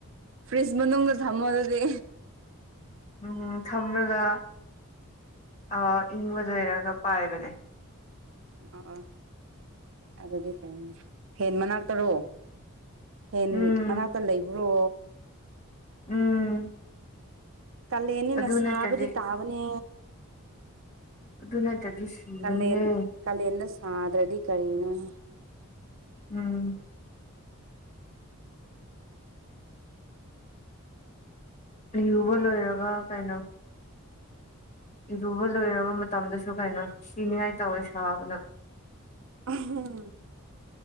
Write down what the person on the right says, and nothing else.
ꯐ꯭ꯔꯦꯁ ꯃꯅꯗ ꯊꯥꯡꯝꯕꯣꯗꯗꯤ
ꯑ ꯑ ꯑꯗꯨꯗꯤ ꯐꯩꯅꯦ ꯍꯦꯟ ꯃꯅꯥꯛꯇꯔꯣ ꯍꯦꯟ
ꯃꯅꯥꯛꯇ ꯂꯩꯕ꯭ꯔꯣ
ꯀꯜꯂꯦꯅꯤꯅ
ꯁꯥꯕꯗꯤ
ꯇꯥꯕꯅꯦ
ꯀꯥꯂꯦꯟ ꯀꯥꯂꯦꯟꯗ ꯁꯥꯗ꯭ꯔꯗꯤ ꯀꯔꯤꯅꯣ
ꯎꯝ